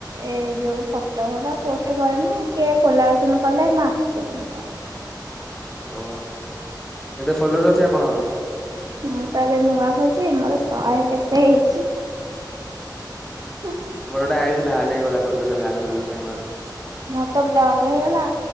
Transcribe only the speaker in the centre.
ଓହୋ କେତେ ଫଲୋର ଅଛି ଆପଣଙ୍କର?
ମୋର ଗୋଟେ ଆଇ ଡି ଥିଲା, ନେଇଗଲା କରଦେଲେ ବ୍ୟାନ କରଦେଲେ ସାଙ୍ଗମାନେ।